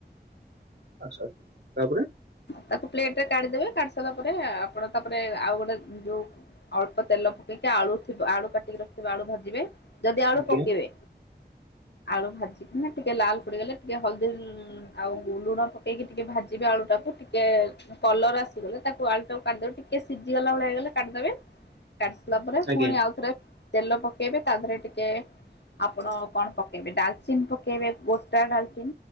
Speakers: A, on the right (about 75°); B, on the left (about 75°).
A: ଆଛା, ଆଛା, ତାପରେ
B: ତାକୁ ପ୍ଲେଟ ରେ କାଢି ଦେବେ, କାଢି ସାରିଲା ପରେ, ଆପଣ ତାପରେ ଆଉ ଗୋଟେ ଯୋଉ ଅଳ୍ପ ତେଲ ପକେଇକି ଆଳୁଥିବ, ଆଳୁ କାଟିକି ରଖିଥିବେ, ଆଳୁ ଭାଜିବେ, ଯଦି ଆଳୁ
A: ଆଜ୍ଞା
B: ପକେଇବେ ଆଳୁ ଭାଜିକିନା ଟିକେ ଲାଲ ପଡିଗଲେ, ଟିକେ ହଳଦୀ ଆଉ ଲୁଣ ପକେଇକି ଟିକେ ଭାଜିବେ ଆଳୁଟାକୁ, ଟିକେ କଲରା ଆସିଗଲେ, ତାକୁ ଆଳୁଟାକୁ କାଢ଼ି ଦେବେ, ଟିକେ ସିଝିଗଲା ଭଳିଆ ହେଇଗଲେ, କାଢ଼ିଦେବେ। କାଟି ସାରିଲା ପରେ
A: ଆଜ୍ଞା
B: ପୁଣି ଆଉ ଥରେ ତେଲ ପକେଇବେ, ତା ଧୀରେ ଟିକେ ଆପଣ କଣ ପକେଇବେ, ଡାଲଚିିନ ପକେଇବେ ଗୋଟା ଡାଲଚିନ।